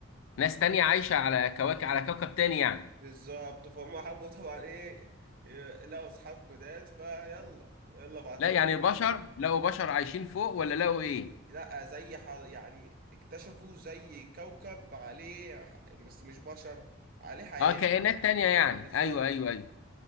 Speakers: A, on the left; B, on the right.
A: ناس تانية عايشة على كواكب على كوكب تاني يعني
B: بالظبط فهم حبوا طبعا ايه ي- لقوا اصحاب جداد فيلا يلا بعت
A: لا
B: لهم
A: يعني
B: على
A: بشر
B: طول.
A: لقوا بشر عايشين فوق ولا لقوا ايه
B: لا زي ح... يعني اكتشفوا زي كوكب عليه ح- بس مش بشر عليه حياة
A: اه كائنات
B: يعني.
A: تانية يعني
B: بالظبط
A: ايوه ايوه ايوه